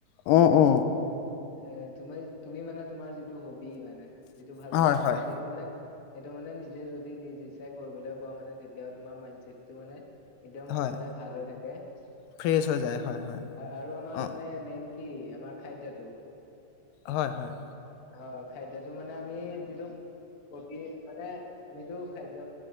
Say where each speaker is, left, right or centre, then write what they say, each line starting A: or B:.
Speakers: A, on the left; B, on the left.
A: অ অ
B: অ'! তুমি, তুমি মানে তোমাৰ যিটো হবী মানে, যিটো ভাল
A: হয়
B: লগা কাম
A: হয়
B: সেইটো মানে সেইটো মানে, নিজে যদি নিজ ইচ্ছা কৰিবলৈ পোৱা মানে, তেতিয়াও তোমাৰ মাইণ্ডছেটটো মানে একদম
A: হয়
B: মানে ভাল হৈ থাকে। <unintelligible>
A: ফ্ৰেছ হৈ যায় হয় হয়
B: আৰু আমাৰ
A: অ
B: মানে, ব্ৰেইন কি আমাৰ খাদ্যটো?
A: হয়, হয়।
B: অ'! খাদ্যত যিটো মানে, আমি যিটো প্ৰতি মানে, আমিতো খাদ্য